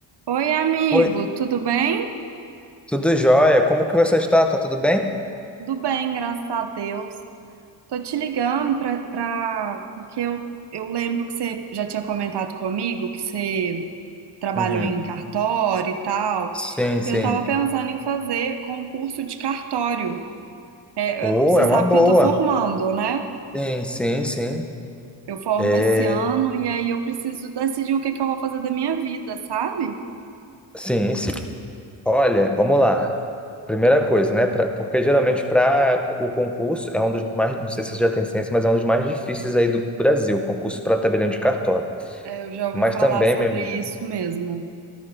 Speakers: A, on the right (about 60°); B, in the centre.
A: Oi, amigo,
B: Oi,
A: tudo bem?
B: tudo jóia? Como que você está? Tá tudo bem?
A: Tudo bem, graças a Deus. Tô te ligando pra, pra- porque eu, eu lembro que você já tinha comentado comigo que você trabalhou
B: Uhum.
A: em cartório e tal.
B: Sim, sim.
A: Eu tava pensando em fazer concurso de cartório. É,
B: Oh,
A: eu- você
B: é
A: sabe
B: uma boa.
A: que eu tô formando, né?
B: Sim, sim, sim.
A: Eu formo
B: É,
A: esse ano e aí eu preciso decidir o que que eu vou fazer da minha vida, sabe?
B: sim, sim. Olha, vamos lá. Primeira coisa, né? Pra- porque geralmente para o concurso é um dos mais, não sei se você já tem ciência, mas é um dos mais difíceis aí do Brasil, concurso para tabelião de cartório.
A: É, eu já ouvi
B: Mas
A: falar
B: também,
A: sobre
B: minha amiga,
A: isso mesmo.